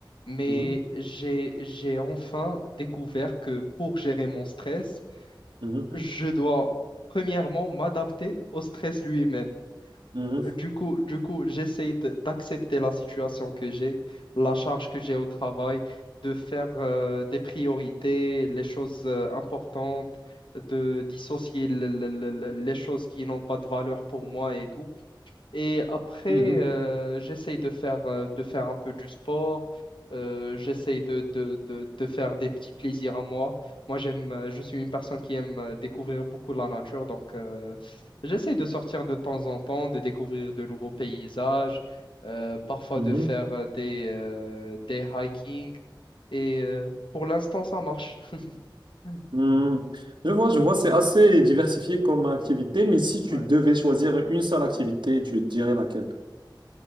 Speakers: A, on the left; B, on the right.
A: mais
B: Mhm,
A: j'ai, j'ai enfin découvert que pour gérer mon stress,
B: mhm,
A: je dois premièrement m'adapter au stress lui-même.
B: mhm,
A: Euh, Du coup, du coup, j'essaye de- d'accepter la situation que j'ai, la charge que j'ai au travail, de faire euh, des priorités, les choses euh, importantes, de dissocier le- le- le- le- les choses qui n'ont pas de valeur pour moi et tout. Et après,
B: mhm,
A: euh, j'essaye de faire, euh, de faire un peu du sport. Euh, j'essaye de, de, de, de faire des petits plaisirs à moi. Moi, j'aime, euh, je suis une personne qui aime euh, découvrir beaucoup la nature. Donc, euh, j'essaye de sortir de temps en temps, de découvrir de nouveaux paysages, euh, parfois
B: mhm,
A: de faire euh, des, euh, des hiking. Et euh, pour l'instant, ça marche. <laughs>
B: mhm. Je vois, je vois, c'est assez diversifié comme activité, mais si tu
A: Ouais.
B: devais choisir une seule activité, tu dirais laquelle?